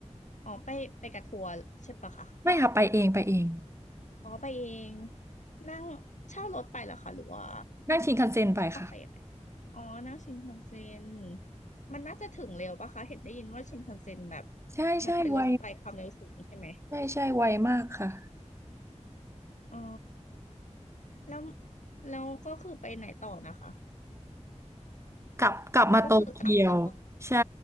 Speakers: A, on the left; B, on the right.
A: อ๋อไปไปกับทัวร์ใช่ปะคะ
B: ไม่ค่ะไปเองไปเอง
A: อ๋อไปเองนั่งเช่ารถไปเหรอคะหรือว่า
B: นั่งชินคันเซ็นไปค่ะ
A: ต้องไปยังไงอ๋อนั่งชินคันเซ็นมันน่าจะถึงเร็วปะคะเห็นได้ยินว่าชินคันเซ็นแบบ
B: ใช่ใช่ไว
A: มันเป็นรถไฟความเร็วสูงใช่ไหม
B: ใช่ใช่ไวมากค่ะ
A: อ๋อแล้วแล้วก็คือไปไหนต่อนะคะ
B: กลับกลับมาโตเกียว
A: ก็คือกลับแล้วก็
B: ใช่